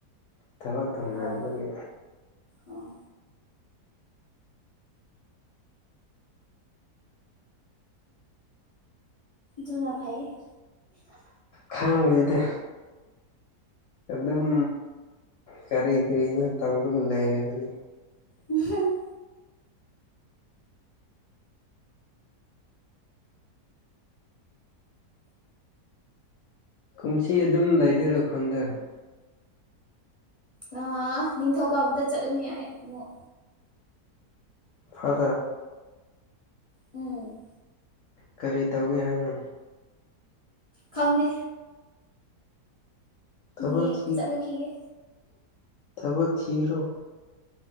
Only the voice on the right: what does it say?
ꯑꯣ ꯑꯣ ꯨꯅ ꯐꯩ
ꯎꯝ
ꯑꯥ ꯅꯤꯡꯊꯧꯀꯥꯕꯗ ꯆꯠꯂꯨꯅꯤ ꯑꯩ ꯑꯃꯨꯛ
ꯎꯝ
ꯈꯪꯗꯦ
ꯌꯦ
ꯆꯠꯂꯨꯈꯤꯒ